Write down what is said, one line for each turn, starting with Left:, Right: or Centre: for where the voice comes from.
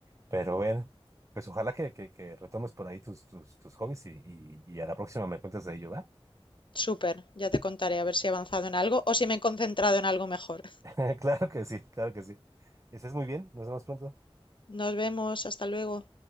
Right: Pero bueno, pues ojalá que, que, que retomes por ahí tus, tus, tus hobbies y, y, y a la próxima me cuentas de ello, ¿va?
Left: Súper, ya te contaré a ver si he avanzado en algo o si me he concentrado en algo mejor.
Right: <laughs> Claro que sí, claro que sí. Estés muy bien, nos vemos pronto.
Left: Nos vemos, hasta luego.